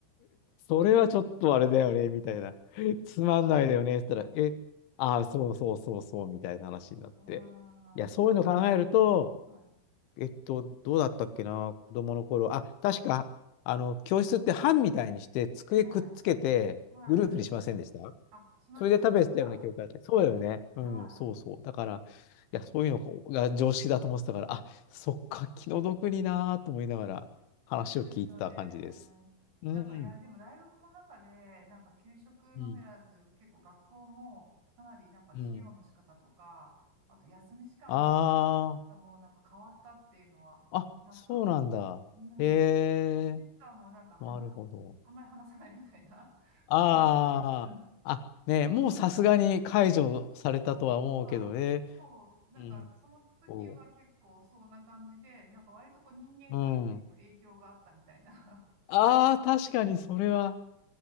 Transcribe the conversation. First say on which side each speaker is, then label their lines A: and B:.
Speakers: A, on the left; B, on the right.
A: それはちょっとあれだよね、みたいな。<laughs> つまんないだよね、って言ったら、
B: はい、
A: え、ああ、そうそうそうそう、みたいな話になって。
B: あ
A: いや、そういうの考えると、
B: あ、はい。
A: えっと、どうだったっけな、子供の頃。あ、確か、あの、教室って班みたいにして、机くっつけて、
B: はい。はい。
A: グループにしませんでした
B: あ、しました、
A: それで食べてたような記憶があって。
B: しました。
A: そうだよね。うん、
B: はい。
A: そうそう。だから、いや、そういうのが常識だと思ってたから、あ、そっか、気の毒になーと思いながら話を聞いてた感じです。
B: そうですよね。
A: うん。
B: なんか、いや、でもだいぶコロナ禍で、なんか給食のみならず、
A: うん
B: 結構学校もかなりなんか授業の仕方とか、
A: うん。
B: あと休み時間の仕
A: あ
B: 方もなんか変わったっていうのは聞きました。
A: あ、あ、そうなんだ。
B: うん。
A: へえ、
B: 休み時間もなんか話す、
A: なるほど。
B: あんまり話さないみたいな、
A: ああ、
B: 本読んでるとか、あの
A: あ、ねえ、もうさすがに解除されたとは思うけどね。
B: あ、今は、そう、なんか、
A: うん。
B: その時は結構そんな感じで、
A: そ
B: なんか割とこう人間関係にも影響があったみたいな。
A: う。うん。ああ、確かにそれは、
B: <laughs> うん